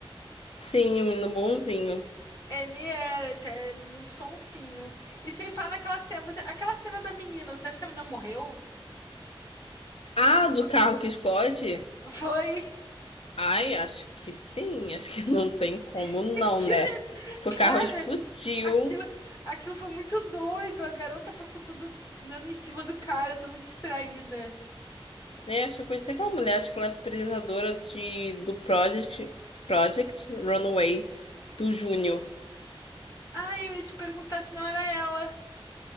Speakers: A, on the left (about 80°); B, on the left (about 40°).
A: sim, um menino bonzinho.
B: Ele era até muito sonsinho. E sem falar naquela cena, você- aquela cena da menina, você acha que a menina morreu?
A: Ah, do carro que explode?
B: Foi
A: Ai, acho que sim. Acho que <laughs> não tem como
B: <laughs>
A: não,
B: aquilo,
A: né? Tipo,
B: cara,
A: o carro explodiu.
B: aquilo, aquilo foi muito doido. A garota passou toda dando em cima do cara, toda distraída.
A: Né? Acho que tem aquela mulher, acho que ela é apresentadora de, do Project, Project Runway do Júnior.
B: ah eu ia te perguntar se não era ela.